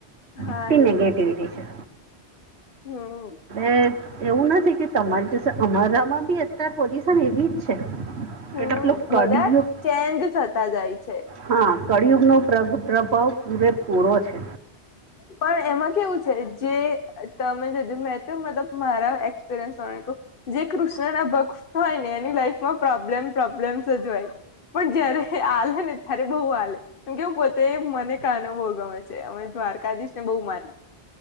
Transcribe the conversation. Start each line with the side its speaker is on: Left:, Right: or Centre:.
Left: હા
Right: એટલી
Left: એ
Right: નેગેટિવિટી
Left: બી
Right: છે.
Left: હમ
Right: એટ એવું નથી કે તમારી અમરરામાં બી અત્યારે પોઝિશન એવી જ છે.
Left: હમ
Right: એટલે પેલું કડિયુગ
Left: બધા ચેન્જ થતા જાય છે.
Right: હા કળિયુગ નો પ્રભાવ પૂરે પૂરો છે.
Left: પણ એમાં કેવું છે જે તમે મે તો મતલબ મારા એક્સપિરિયન્સ પ્રમાણે ક જે કૃષ્ણ ના ભક્ત હોય ને એની લાઈફમાં પ્રોબ્લેમ પ્રોબ્લેમ સ જ હોય. પણ જયારે આલે ને ત્યારે બહુ આલે. કેમકે હું પોતે મને કાનો બહુ ગમે છે અમે દ્વારકાધીશ ને બહુ માની.